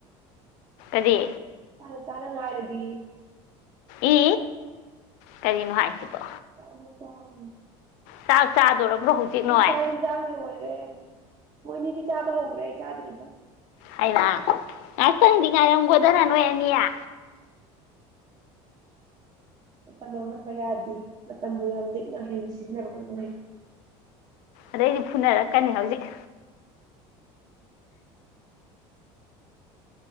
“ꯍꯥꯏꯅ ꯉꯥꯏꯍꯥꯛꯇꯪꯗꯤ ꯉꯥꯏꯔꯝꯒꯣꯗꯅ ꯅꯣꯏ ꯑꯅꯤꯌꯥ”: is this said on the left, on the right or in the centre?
Left